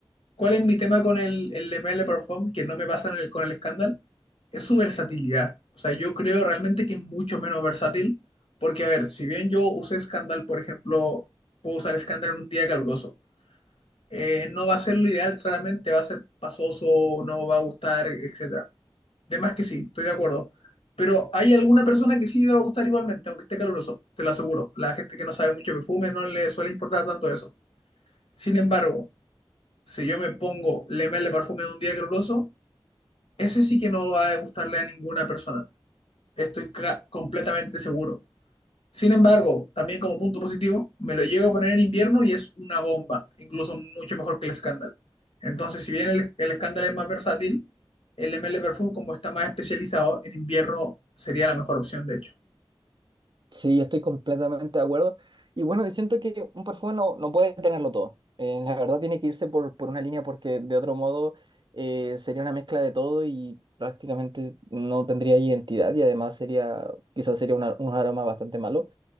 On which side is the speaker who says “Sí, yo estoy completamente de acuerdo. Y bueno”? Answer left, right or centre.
Right